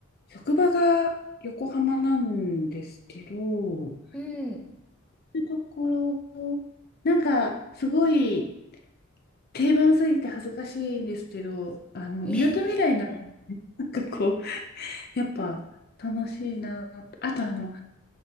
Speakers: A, on the left; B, in the centre.
A: 職場が横浜なんですけど、そ
B: うん。
A: ういうところ、なんかすごい定番すぎて恥ずかしいんですけど、あの、
B: いえ
A: みなとみらいなんなんかこう、やっぱ楽しいなと。あとあの、